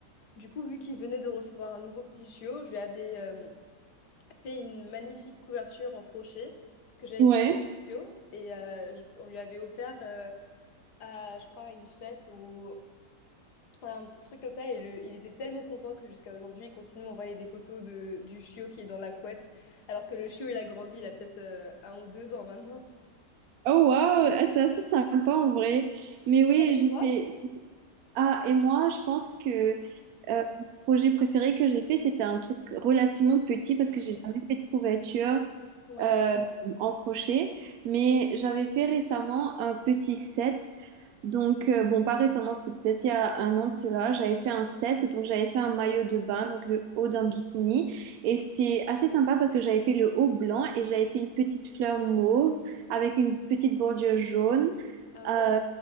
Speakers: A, on the left; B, on the right.
A: Du coup, vu qu'il venait de recevoir un nouveau petit chiot, je lui avais euh, fait une magnifique couverture en crochet que j'avais
B: Ouais.
A: fait pour le chiot. Et euh, je- on lui avait offert euh, à, je crois, à une fête ou à un petit truc comme ça. Et le- il était tellement content que jusqu'à aujourd'hui, il continue de m'envoyer des photos de, du chiot qui est dans la couette. Alors que le chiot, il a grandi, il a peut-être euh, un ou deux ans maintenant.
B: Oh wow, Ah, c'est assez sympa en vrai. Mais oui,
A: Ah, Et
B: j'ai
A: toi?
B: fait. Ah, et moi, je pense que euh, le projet préféré que j'ai fait, c'était un truc relativement petit parce que j'ai jamais fait de couverture
A: Ouais.
B: euh, en crochet. Mais j'avais fait récemment un petit set Donc, euh, bon, pas récemment, c'était peut-être il y a un an de cela, j'avais fait un set, donc j'avais fait un maillot de bain, donc le haut d'un bikini, et c'était assez sympa parce que j'avais fait le haut blanc et j'avais fait une petite fleur mauve avec une petite bordure jaune
A: Ah ouais.
B: euh,